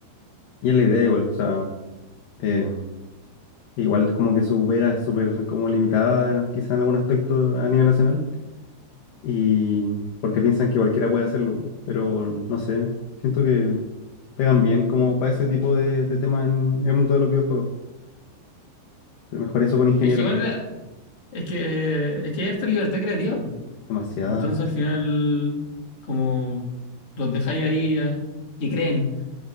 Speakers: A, on the left; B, on the left.
A: Y es la idea igual, o sea, eh, igual como que su vega es súper como limitada, quizá en algún aspecto a nivel nacional, y porque piensan que cualquiera puede hacerlo, pero no sé, siento que pegan bien como para ese tipo de, de temas en el mundo de los videojuegos. Pero mejor eso con ingenieros.
B: Es que igual Es que, es que hay harta libertad creativa.
A: Demasiada.
B: Entonces, al final, como los dejáis ahí, eh, que creen,